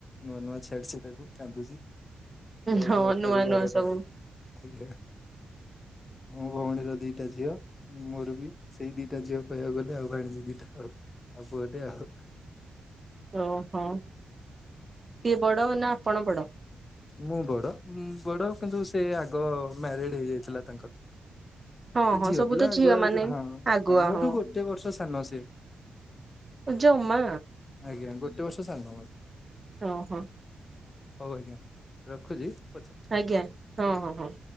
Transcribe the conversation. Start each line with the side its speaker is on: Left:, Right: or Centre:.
Left: ନୂଆ-ନୂଆ ଛାଡଛି ତାକୁ କାନ୍ଦୁଚି ଯାଉଚି
Right: ହଁ
Left: ଆଟା
Right: ନୂଆ
Left: ରୁ ବାରଟା।
Right: ନୂଆ ସବୁ
Left: ଆଜ୍ଞା ମୋ ଭଉଣୀର ଦିଟା ଝିଅ। ମୋର ବି ସେଇ ଦିଟା ଝିଅ କହିବାକୁ ଗଲେ ଆଉ ବାଣିଜୀ ଦିଟା ଆଉ। ଆଉ ପୁଅଟେ ଆଉ।
Right: ଓହୋ କିଏ ବଡ଼ ନା ଆପଣ ବଡ଼?
Left: ମୁଁ ବଡ ଉଁ ବଡ କିନ୍ତୁ ସେ ଆଗ ମ୍ୟାରେଡ ହେଇଯାଇଥିଲା ତାଙ୍କର।
Right: ହଁ
Left: ସେ
Right: ହଁ
Left: ଝିଅ
Right: ସବୁ
Left: ପିଲା
Right: ତ
Left: ଆଗୁଆ
Right: ମାନେ
Left: ଯ ହଁ-ହଁ
Right: ଆଗୁଆ
Left: ମୋଠୁ
Right: ହଁ
Left: ଗୋଟେ ବର୍ଷ ସାନ ସେ।
Right: ଜମା
Left: ଆଜ୍ଞା ଗୋଟେ ବର୍ଷ ସାନ ମୋ
Right: ଓହୋ।
Left: ହଉ ଆଜ୍ଞା। ରଖୁଚି।
Right: ଆଜ୍ଞା ହଁ ହଁ ହଁ।